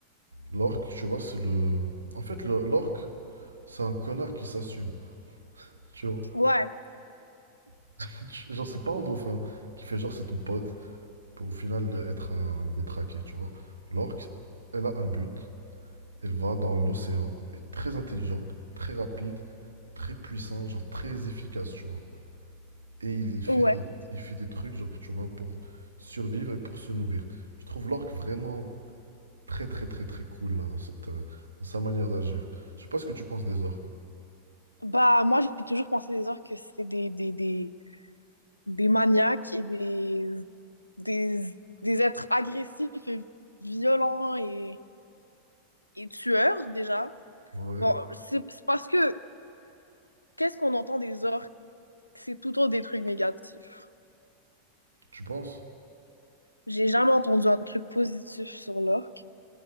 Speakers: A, on the right (about 75°); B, on the left (about 85°).
A: L'orque, tu vois, c'est le. En fait, le- l'orque, c'est un connard qui s'assume. Tu vois?
B: Ouais,
A: <laughs> Genre, c'est pas un dauphin qui fait genre c'est ton pote pour au final être un détraqué, tu vois? L'orque, elle a un but. Elle va dans l'océan. Elle est très intelligent, très rapide, très puissant, genre très efficace, tu vois? Et il fait
B: ouais.
A: des, il fait des trucs, genre, tu vois, pour survivre et pour se nourrir. Je trouve l'orque vraiment très, très, très, très cool, là, dans cette, euh, dans sa manière d'agir. Je sais pas ce que tu penses des orques.
B: Bah moi, j'ai toujours pensé des orques que c'est des, des, des, des maniaques et des, des, des êtres agressifs et violents et, et tueurs déjà.
A: Ouais.
B: Bon, c'est c'est parce que qu'est-ce qu'on entend des orques? C'est tout autre des trucs négatifs.
A: Tu penses?
B: J'ai jamais entendu un truc positif sur l'orque.